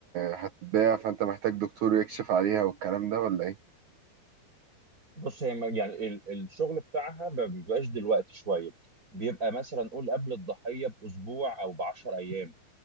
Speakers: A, on the right; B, on the right.
A: هتتباع فانت محتاج دكتور يكشف عليها والكلام ده ولا ايه؟
B: بص هي م- يعني ال- الشغل بتاعها ما بيبقاش دلوقتي شويه بيبقى مثلا نقول قبل الضحيه باسبوع او ب 10 ايام